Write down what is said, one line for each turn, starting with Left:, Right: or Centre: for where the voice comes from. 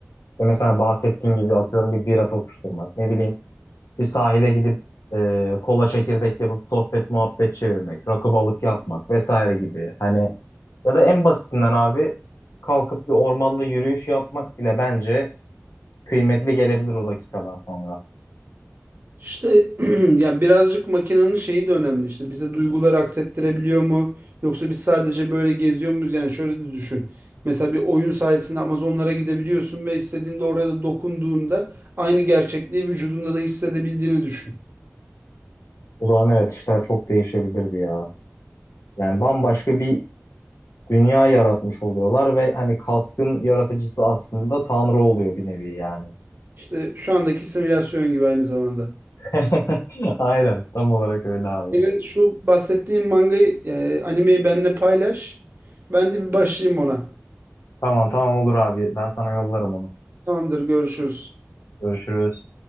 Left: İşte mesela bahsettiğim gibi atıyorum bir bira tokuşturmak, ne bileyim bir sahile gidip e, kola çekirdek yapıp sohbet muhabbet çevirmek, rakı balık yapmak vesaire gibi. Hani ya da en basitinden abi kalkıp bir ormanda yürüyüş yapmak bile bence kıymetli gelebilir o dakikadan sonra.
Right: İşte <clears throat> ya birazcık makinenin şeyi de önemli işte bize duyguları aksettirebiliyor mu yoksa biz sadece böyle geziyor muyuz yani şöyle de düşün. Mesela bir oyun sayesinde Amazonlara gidebiliyorsun ve istediğinde orada dokunduğunda aynı gerçekliği vücudunda da hissedebildiğini düşün.
Left: O zaman evet işler çok değişebilirdi ya. Yani bambaşka bir dünya yaratmış oluyorlar ve hani kaskın yaratıcısı aslında Tanrı oluyor bir nevi yani.
Right: İşte şu andaki simülasyon gibi aynı zamanda.
Left: <laughs> Aynen tam olarak öyle abi.
Right: Senin şu bahsettiğin mangayı yani animeyi benimle paylaş. Ben de bir başlayayım ona.
Left: Tamam tamam olur abi. Ben sana yollarım onu.
Right: Tamamdır görüşürüz.
Left: Görüşürüz.